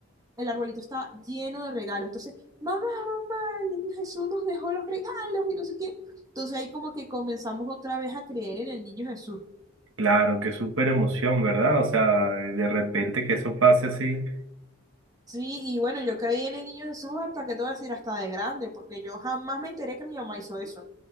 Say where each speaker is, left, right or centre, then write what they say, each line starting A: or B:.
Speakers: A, on the right; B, on the right.
A: el arbolito estaba lleno de regalos. Entonces, mamá, mamá, el niño Jesús nos dejó los regalos y no sé qué. Entonces ahí como que comenzamos otra vez a creer en el niño Jesús.
B: Claro, qué súper emoción, ¿verdad? O sea, de repente que eso pase así.
A: Sí, y bueno, yo creí en el niño Jesús hasta que te voy a decir hasta de grande, porque yo jamás me enteré que mi mamá hizo eso.